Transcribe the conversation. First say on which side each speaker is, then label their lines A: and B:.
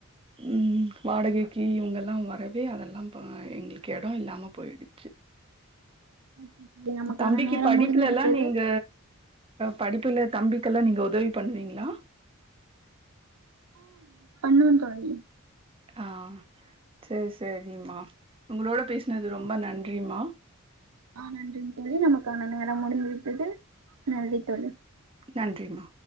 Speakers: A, on the right; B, on the right.
A: ம் வாடகைக்கு இவங்க எல்லா வரவே அதெல்லா பா எங்களுக்கு எடோ இல்லாம போயிடுச்சு
B: <inaudible>
A: தம்பிக்கு
B: நேரம்
A: படிப்புல
B: முடிந்து விட்டது
A: லா நீங்க படிப்புல தம்பிக்கெல்லா நீங்க உதவி பண்வீங்களா
B: மூண் கொழந்தைங்க
A: ஆ சேரி சேரிங்ம்மா உங்களோட பேசுனது ரொம்ப நன்றிம்மா
B: ஆ நன்றிங்க தோழி நமக்கான நேரம் முடிந்து விட்டது நன்றி தோழி
A: நன்றிமா